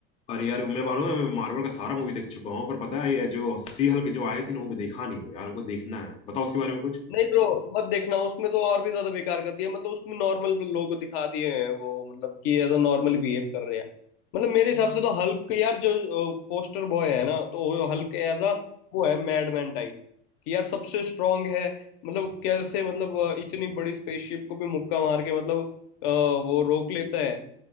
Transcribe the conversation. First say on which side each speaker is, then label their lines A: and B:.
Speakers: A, on the left (about 20°); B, on the left (about 70°).
A: अरे यार मैं मानूं मैं मार्वल का सारा मूवी देख चुका हूँ पर पता है ये जो सी हल्क जो आई थी ना वो देखा नहीं हो यार हमको देखना है बताओ उसके बारे में कुछ
B: नहीं ब्रो मत देखना उसमें तो और भी ज्यादा बेकार कर दिया मतलब उसमें नॉर्मल लोग दिखा दिए हैं वो मतलब कि एज अ नॉर्मल बिहेव कर रहे हैं मतलब मेरे हिसाब से तो हल्क यार जो पोस्टर बॉय है ना तो वो हल्क एज अ वो है मैडमैन टाइप कि यार सबसे स्ट्रांग है मतलब कैसे मतलब अ, इतनी बड़ी स्पेसशिप को भी मुक्का मार के मतलब अ, वो रोक लेता है